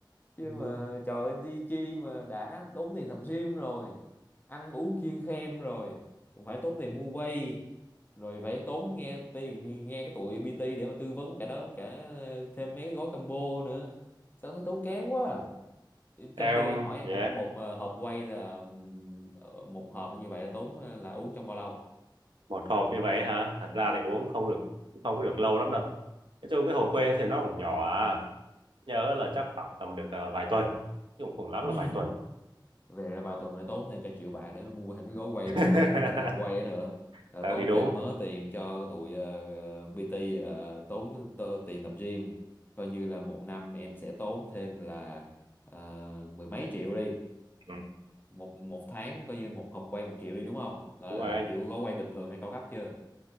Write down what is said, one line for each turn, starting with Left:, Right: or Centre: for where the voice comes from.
Left: chứ
Right: Ừ.
Left: mà trời ơi, đi chi mà đã đốn tiền tập gym rồi ăn uống kiêng khem rồi cũng phải tốn tiền mua quay rồi phải tốn nghe tiền nghe cái tụi PT để mà tư vấn cả đó cả ờ, thêm mấy gói combo nữa sao thấy tốn kém quá trong
Right: em
Left: khi anh hỏi em
Right: yeah
Left: một một ờ, hộp quay là ừm, ờ, một hộp như vậy là tốn ờ, là uống trong bao lâu
Right: một hộp như vậy hả thật ra thì uống không được không có được lâu lắm đâu nói chung cái hồ quê thì nó cũng nhỏ à nhớ là chắc khoảng tầm được ờ, vài tuần chứ cũng cùng lắm
Left: gì
Right: là vài tuần
Left: về là vào tuần lại tốn thêm cả triệu bạc để mà mua thêm cái gói quay
Right: <laughs>
Left: đó nữa cái này học quay đó nữa là
Right: Ờ,
Left: tốn
Right: thì đúng
Left: thêm mớ tiền cho tụi ờ, ờ, PT ờ, tốn tơ- tiền tập gym coi như là một năm em sẽ tốn thêm là ờ, mười mấy triệu đi
Right: ừ,
Left: một một tháng coi như một học quay một triệu đi đúng không là
Right: đúng rồi anh
Left: kiểu gói quay bình thường hay cao cấp chưa